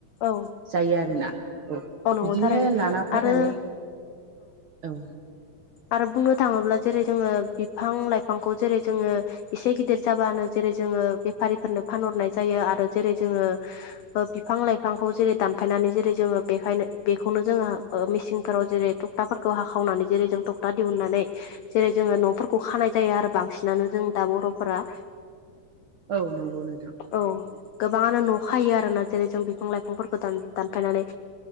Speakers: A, on the left; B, on the right.
A: औ
B: जायो आरोना औ
A: नंगौ
B: बिदिनो
A: थारैनो
B: लाना फैनानै
A: आरो
B: औ
A: आरो बुंनो थाङोब्ला जेरै जोङो बिफां लाइफांखौ जेरै जोङो एसे गिदिर जाबानो जेरै जों जोङो बेफारिफोरनो फानहरनाय जायो आरो जेरै जोङो बिफां लाइफांखौ जेरै दानफायनानै जेरै जोङो बेखायनो बेखौनो जोङो मेसिनफोराव जेरै थखथाफोरखौ हाखावनानै जेरै जों थखथा दिहुननानै जेरै जोङो न'फोरखौ खानाय जायो आरो बांसिनानो जों दा बर'फोरा
B: औ नंगौ नोंथां
A: औ गोबाङानो न'खायो आरोना जेरै जों बिफां लाइफांफोरखौन दानफायनानै